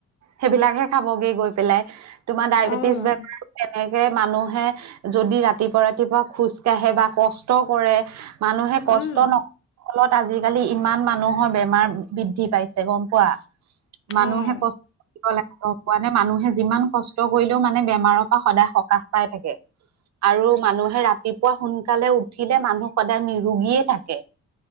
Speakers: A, on the right; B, on the left.
A: সেইবিলাকহে খাবগে গৈ পেলাই তোমাৰ ডায়বেটিছ
B: অ',
A: বেমাৰ তেনেকে মানুহে যদি ৰাতিপুৱা, ৰাতিপুৱা খোজ কাঢ়ে বা কষ্ট কৰে মানুহে
B: উম।
A: কষ্ট নক ফলত, আজিকালি ইমান মানুহৰ বেমাৰ বৃদ্ধি পাইছে গম পোৱা
B: অ'।
A: মানুহে কষ্ট কৰিব লাগে গম পোৱা নে, মানুহে যিমান কষ্ট কৰিলেও মানে বেমাৰৰ পৰা সদায় সকাহ পাই থাকে আৰু মানুহে ৰাতিপুৱা সোনকালে উঠিলে, মানুহ সদায় নিৰোগীয়ে থাকে